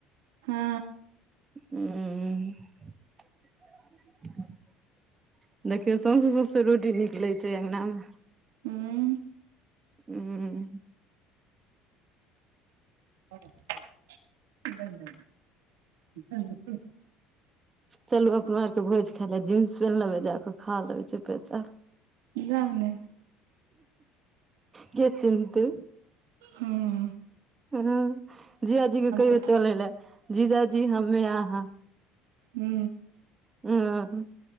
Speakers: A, on the right; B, on the right.
A: हँ।
B: ह। देखियौ सौसे सौसे रोटी निकलै छै अङ्ंगना मे।
A: ह्म।
B: उंम्म
A: <inaudible> <inaudible>
B: चलू अपना आरके भोज खाय लेब जींस पेन्ह लेबै जा कऽ खा लेबै चुपे चाप।
A: जाउ ने।
B: के चिन्हते?
A: हँ।
B: ह जीजाजीे कहियौ
A: ह
B: चलै लए जीजाजी हमे आहाँ।
A: हू।
B: ह्म्म।